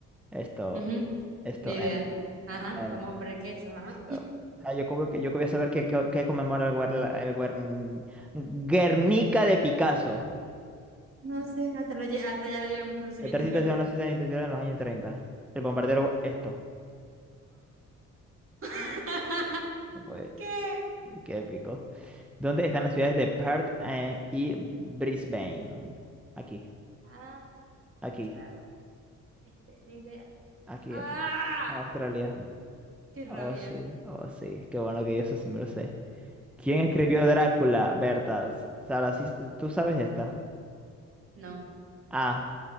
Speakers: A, in the centre; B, on the right.
A: esto,
B: Ujú,
A: esto,
B: ni idea.
A: em,
B: Ajá,
A: em,
B: vamos a poner que eso, ajá.
A: Esto- Ah, yo como que yo quería saber qué, qué- qué conmemora el, Guer- la- el Guern- Guernica de Picasso.
B: No sé, hasta, no lle- hasta ya no llegan mis conocimientos
A: El tránsito
B: en arte.
A: hacia una sociedad industrial en los años treinta El bombardero, esto.
B: <laughs>
A: Fue-
B: ¿Qué?
A: Qué épico. ¿Dónde están las ciudades de Perth eh, y Brisbane? Aquí,
B: Ah,
A: aquí,
B: claro. Este, ni idea.
A: aquí,
B: ¡Ah!
A: aquí. En Australia.
B: ¡Qué rabia!
A: Oh, sí, oh, sí. Qué bueno que yo eso sí me lo sé. ¿Quién escribió Drácula? Bertas. Sara, sí- tú sabes esta.
B: No.
A: A.